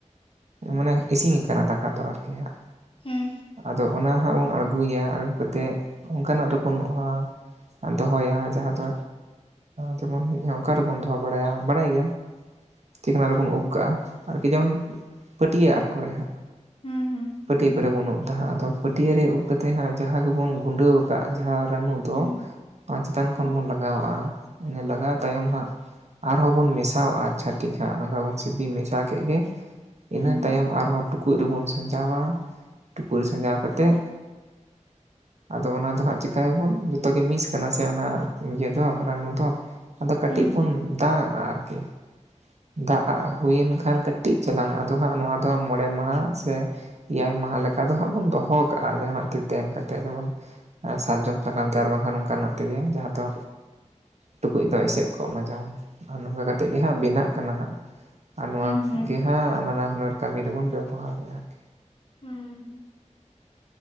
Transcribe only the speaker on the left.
ᱦᱩᱸ
ᱦᱩᱸ ᱦᱩᱸ
ᱦᱩᱸ
ᱦᱩᱸ
ᱦᱩᱸ
ᱦᱩᱸ ᱦᱩᱸ
ᱦᱳᱭᱛᱚ
ᱦᱩᱸ
ᱦᱩᱸ ᱦᱩᱸ
ᱦᱳᱭᱛᱚ
ᱦᱩᱸ ᱦᱩᱸ